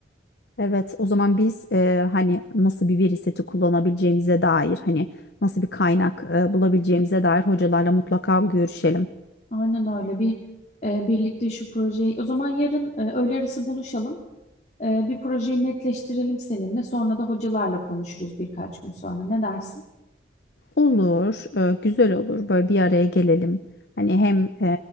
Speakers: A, on the left (about 65°); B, on the left (about 35°).
A: Evet o zaman biz e, hani nasıl bir veri seti kullanabileceğimize dair hani nasıl bir kaynak e, bulabileceğimize dair hocalarla mutlaka görüşelim.
B: Aynen öyle bir e, birlikte şu projeyi o zaman yarın e, öğle arası buluşalım. Ee, bir projeyi netleştirelim seninle. Sonra da hocalarla konuşuruz birkaç gün sonra. Ne dersin?
A: Olur, e, güzel olur. Böyle bir araya gelelim. Hani hem e,